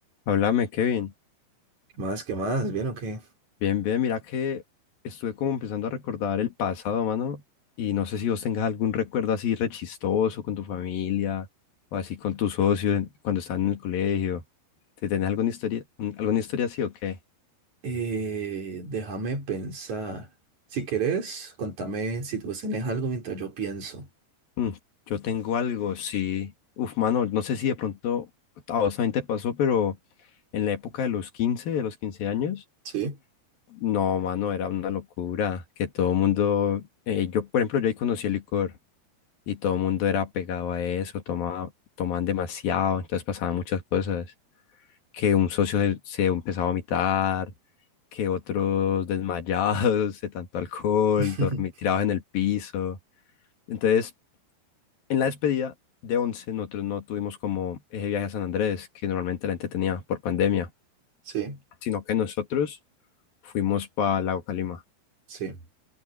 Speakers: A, on the left; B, on the right.
A: Háblame, Kevin.
B: Más que más, ¿bien o qué?
A: Bien, bien, mira que estuve como empezando a recordar el pasado, mano, y no sé si vos tengas algún recuerdo así rechistoso con tu familia o así con tus socios en- cuando estaban en el colegio. ¿Te tenés alguna historia, un- alguna historia así o qué?
B: Eh, déjame pensar. Si querés, contame si vos tenés algo mientras yo pienso.
A: Mm, yo tengo algo, sí. Uf, mano, no sé si de pronto a vos también te pasó, pero en la época de los quince de los quince años,
B: Sí,
A: no, mano, era una locura que todo el mundo, eh, yo, por ejemplo, yo ahí conocí el licor. y todo el mundo era pegado a eso, tomaba, tomaban demasiado, entonces pasaban muchas cosas, que un socio se, se empezaba a vomitar, que otros desmayados de tanto alcohol,
B: <laughs>
A: dormir tirados en el piso. Entonces, en la despedida de 11 nosotros no tuvimos como ese viaje a San Andrés, que normalmente la gente tenía por pandemia,
B: sí.
A: sino que nosotros fuimos para Lago Calima.
B: Sí. O